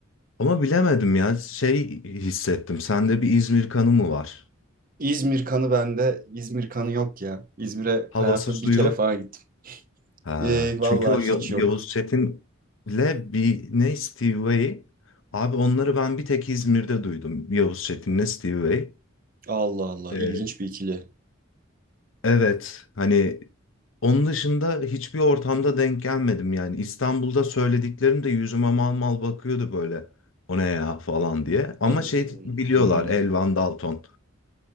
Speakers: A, on the left; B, on the right.
A: Ama bilemedim ya, şey hissettim. Sende bir İzmir kanı mı var?
B: İzmir kanı bende. İzmir kanı yok ya. İzmir'e
A: Havası
B: hayatta
A: suyu.
B: bir kere falan gittim.
A: Ha,
B: E, vallahi
A: çünkü o Ya-
B: hiç
A: Yavuz
B: yok.
A: Çetin'le bir ne Steve Vai. Abi onları ben bir tek İzmir'de duydum. Yavuz Çetin'le Steve Vai.
B: Allah Allah
A: Ee,
B: ilginç bir ikili.
A: evet hani onun dışında hiçbir ortamda denk gelmedim yani. İstanbul'da söylediklerim de yüzüme mal mal bakıyordu böyle. O ne ya falan diye. Ama
B: An-
A: şey biliyorlar
B: Hmm.
A: Elvan Dalton.